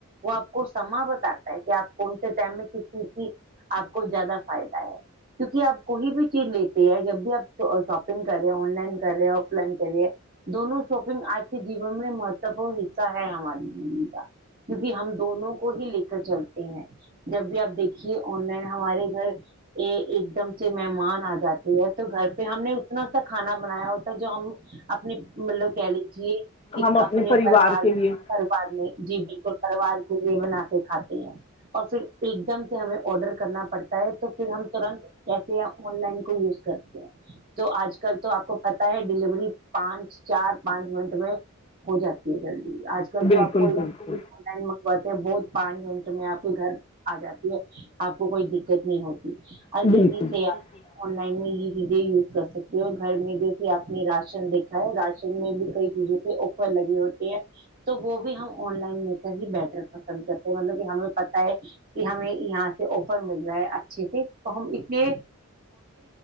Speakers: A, on the right; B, on the left.
A: وہ آپ کو سما بتاتتا ہے کہ آپ کون سے ٹائم میں کس چیز کی آپ کو زیادہ فائدہ ہے کیونکہ آپ کوئی بھی چیز لیتے ہیں جب آپ شاپنگ کر رہے ہیں آن لائن کر رہے ہیں آف لائن کریے دونوں شاپنگ آج کے جیون میں مہتوپورن حصہ ہے ہماری زندگی کا کیونکہ ہم دونوں کو ہی لے کر چلتے ہیں جب بھی آپ دیکھ کہ آن لائن ہمارے گھر ایک دم سے مہمان آ جاتے تو گھر پہ ہم نے اتنا سا کھانا بنایا ہوتا جو ہم اپنے مطلب کہہ لیجیے ایک
B: ہم
A: اپنے
B: پریوار
A: پروار
B: کے
A: میں
B: لیے
A: پرار میں جی بالکل پروار یہ بنا کے کھاتے ہیں اور پھر ایک دم سے ہمیں آڈر کرنا پڑتا ہے تو پھر ہم ترنت کیس آن لائن کو یوز کرتے ہیں تو آج کل تو آپ کو پتا ہے ڈیلیوری پانچ چار پانچ منٹ میں ہو جاتی ہے جلدی آج کل
B: بالکل
A: تو آپ کوئی
B: پروار
A: بھی چیز آن لائن منگواتے ہیں بہت پانچ منٹ میں آپ گھر آ جاتی ہے آپ کو کوئی دقت نہیں ہوتی اور
B: میں، بالکل
A: ایزی
B: جی کرنا
A: سے آپ
B: پڑتا
A: آن میں
B: ہے،
A: یہ چیزیں یوز کر سکتے ہو اور گھر میں جیسے آپ نے راشن دیکھا ہے راشن میں بھی کئی چیزوں کےہ اوکر لگے ہوتے ہیں تو وہ بھی ہم آن لائن لے کر ہی بیٹر پسند کرتے ہیں مطلب کہ ہمیں پتہ ہے کہ ہمیں یہاں سے آفر مل رہا ہے اچھے سے تو ہم اتنے